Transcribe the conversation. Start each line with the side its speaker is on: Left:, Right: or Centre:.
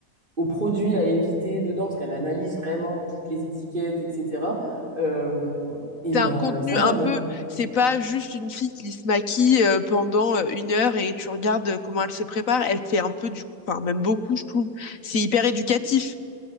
Right: aux produits à éviter dedans, parce qu'elle analyse vraiment toutes les étiquettes, etc. Euh, et
Left: t'as
Right: ben
Left: un contenu
Right: ça,
Left: un
Right: j'adore.
Left: peu, c'est pas juste une fille qui se maquille euh, pendant euh, une heure et tu regardes euh, comment elle se prépare. Elle fait un peu du, enfin même beaucoup, je trouve. C'est hyper éducatif